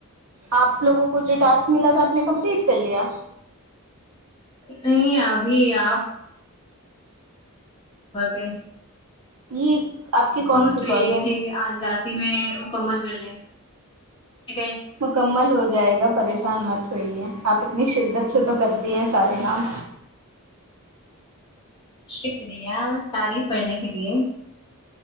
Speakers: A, on the right; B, on the left.
A: آپ لوگوں کو جو ٹاسک ملا تھا آپ نے کمپلیٹ کر لیا
B: نہیں ابھی آپ پر پے
A: یہ آپ کی کون
B: سوچ
A: سی
B: تو
A: کال
B: یہ رہی
A: ہے
B: تھی کہ آج رات ہی میں مکمل کر لیں سیکنڈ
A: مکمل ہو جائے گا پریشان مت ہوئیے آپ اتنی شدت سے تو کرتی ہیں سارے کام
B: شکریہ تعریف کرنے کے لیے